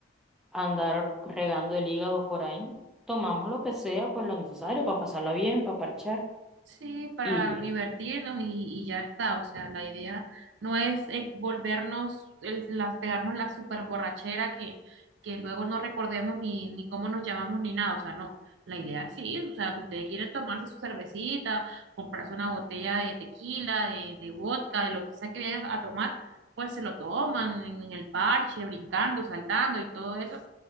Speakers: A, in the centre; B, on the right.
A: andar regando el hígado por ahí. Tomamos lo que sea, pues lo necesario para pasarla bien, para parchar
B: Sí, para
A: y listo.
B: divertirnos y, y ya está. O sea, la idea no es eh, volvernos, el- la- pegarnos la super borrachera que, que luego no recordemos ni, ni cómo nos llamamos ni nada. O sea, no. La idea sí, o sea, si ustedes quieren tomarse su cervecita, comprarse una botella de tequila, de, de vodka, de lo que sea que vayan a tomar, pues se lo toman en, en el parche, brincando, saltando y todo eso